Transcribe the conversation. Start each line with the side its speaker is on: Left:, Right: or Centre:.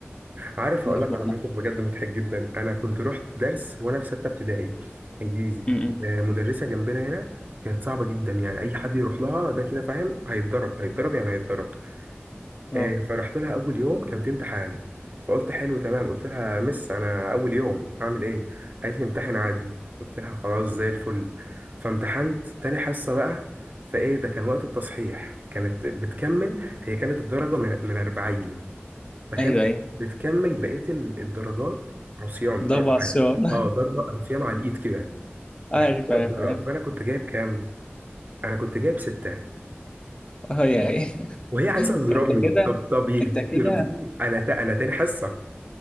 Right: عارف هقول
Left: ده اشمعنى؟
Right: لك على موقف بجد مضحك جدا انا كنت رحت درس وانا في سته ابتدائي انجليزي
Left: امم
Right: آه، مدرسه جنبنا هنا كانت صعبه جدا يعني اي حد يروح لها ده كده فاهم هيتضرب هيتضرب يعني هيتضرب
Left: اه
Right: آه، فرحت لها اول يوم كان في امتحان فقلت حلو تمام قلت لها مس انا اول يوم اعمل ايه قالت لي امتحن عادي قلت لها خلاص زي الفل فامتحنت تاني حصه بقى فايه ده كان وقت التصحيح كانت بتكمل هي كانت الدرجه من من 40 فكانت
Left: ايوه ايوه
Right: بتكمل بقية ال- الدرجات عصيان
Left: ضبع
Right: ضرب
Left: الصياد
Right: على اه ضرب عصيان على الايد كده
Left: <laughs> عارف
Right: وحياة
Left: عارف
Right: ربنا
Left: عارف
Right: فانا كنت جايب كام؟ انا كنت جايب ستة
Left: اه يا أخي. <laughs>
Right: وهي عايزة تضربني
Left: انت كده
Right: طب طب يهديك
Left: انت كده
Right: يرضيكي انا تا انا تاني حصة